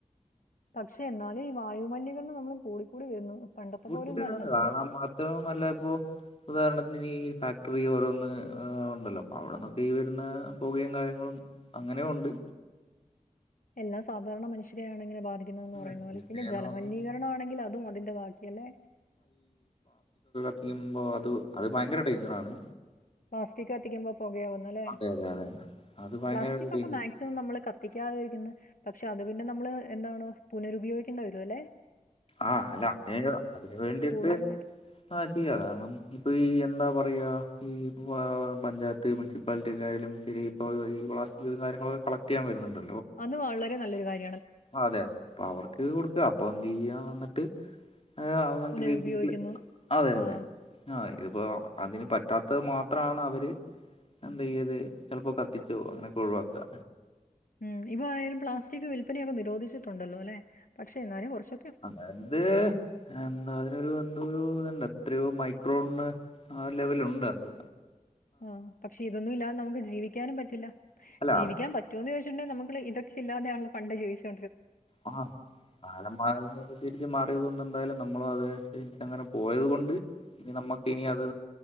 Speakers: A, on the left; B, on the left.
A: പക്ഷെ എന്നാലും ഈ വായുമലിനീകരണം നമ്മള് കൂടിക്കൂടി വരുന്നു പണ്ടത്തെ
B: കൂടിക്കൂടിവരാണ്
A: പോലെയൊന്നും അല്ല
B: കാരണം
A: പണ്ടത്തെ
B: മാത്രമല്ല ഇപ്പൊ ഉദാഹരണത്തിന് ഫാക്ടറി ഓരോന്ന് ഉണ്ടല്ലോ അപ്പോൾ അവിടെന്നൊക്കെ ഈ വരുന്ന പുകയും കാര്യങ്ങളും അങ്ങനെയുംഉണ്ട്
A: എല്ലാം സാധാരണ മനുഷ്യരെയാണ് ഇങ്ങനെ ബാധിക്കുന്നെ
B: അതെ
A: പറയുന്ന പോലെ
B: പിന്നേന്ന്
A: പിന്നെ ജലമലിനീകരണ
B: പറഞ്ഞ
A: ആണെങ്കിൽ അതും അതിന്റെ ബാക്കിയല്ലെ
B: കഴിയുമ്പോൾ അത് അത് ഭയങ്കര ഡേഞ്ചറാണ്
A: പ്ലാസ്റ്റിക് കത്തിക്കുമ്പോ പുകയാവുന് അല്ലേ
B: അതെ അതെ അതെ. അത് ഭയങ്കര
A: പ്ലാസ്റ്റിക്
B: ഒരു ഡേഞ്ച്
A: ഒക്കെ മാക്സിമം നമ്മള് കത്തിക്കാതെ ഇരിക്കുന്നു പക്ഷെ അത്. പിന്നെ നമ്മള് എന്താണ് പുനരുപയോഗിക്കേണ്ടി വരുമല്ലെ
B: ആ് അല്ല അതിന അതിനന് വേണ്ടി
A: കൂടുതലായിട്ട്
B: ഒക്കെ ആ ചെയ്യാ കാരണം ഇപ്പൊ ഈ എന്താ പറ എന്ത പറയുക ഈ പഞ്ചായത്ത് മുനിസിപ്പാലിറ്റി ഒക്കെ ആയാലും ശരി ഇപ്പോൾ ഈ പ്ലാസ്റ്റിക്ും കാര്യങ്ങളൊക്കെ കളക്ട് ചെയാൻ വരുന്നുണ്ട്
A: അത് വളരെ നല്ലൊരു കാര്യം
B: അതെ അതെ അപ്പൊ അവർക്ക് കൊടുക്ക അപ്പൊ എന്ത് ചെയ്യാ വന്നിട്ട് അവൻ
A: പുനരുപയോഗിക്കുന്നു
B: റീൽസില് അതെ
A: ആ
B: അതെ ആ ഇതിപ്പോ അതിന് പറ്റാത്തത് മാത്രമാണ് അവര് എന്താ ചെയ്യത് ചിലപ്പോ കത്തിച്ചോ അങ്ങനെയൊക്കെ ഒഴിവാക്കുക
A: ഉം ഇപ്പ ആയാലും പ്ലാസ്റ്റിക് വിൽപ്പനയൊക്കെ നിരോധിച്ചിട്ടുണ്ടല്ലോ അല്ലെ പക്ഷെ എന്നാലും കുറച്ച്
B: അതായത് എന്താ അതിനൊരു എന്തോ ഒരു ഇണ്ട് എത്രയോ മൈക്രോണ് ആ ലെവല് ഉണ്ടത്
A: ആഹ് പക്ഷെ ഇതൊന്നും ഇല്ലാതെ നമുക്ക് ജീവിക്കാനും പറ്റില്ല
B: അല്ല
A: ജീവിക്കാൻ പറ്റോന്ന് ചോ പണ്ട് നമ്മള് ഇതക്കെ ഇല്ലാതെയാണ് പണ്ട് ജീവിച്ചോ
B: ആഹ് കാലം മാറിയതിനുസരിച്ച് മാറിയത് കൊണ്ട് എന്തായാലും നമ്മളും അതനുസരിച്ച് അങ്ങനെ പോയത് കൊണ്ട് ഇനി നമ്മുക്ക് ഇനി അത്